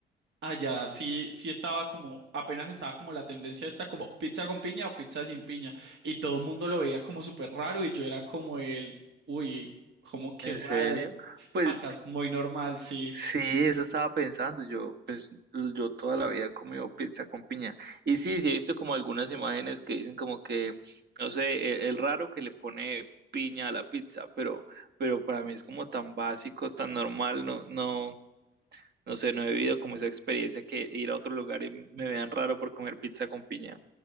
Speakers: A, on the right; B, on the right.
A: Allá sí, sí estaba como, apenas estaba como la tendencia esta como pizza con piña o pizza sin piña. Y todo el mundo lo veía como súper raro y yo era como el, uy, como que
B: ¿En
A: raro.
B: serio?
A: es-
B: Pues
A: Acá es muy normal, sí.
B: sí, eso estaba pensando. Yo, pues, yo toda la vida he comido pizza con piña. Y sí, sí he visto como algunas imágenes que dicen como que, no sé, el, el raro que le pone piña a la pizza, pero, pero para mí es como tan básico, tan normal, no, no. No sé, no he vivido como esa experiencia que ir a otro lugar y me vean raro por comer pizza con piña.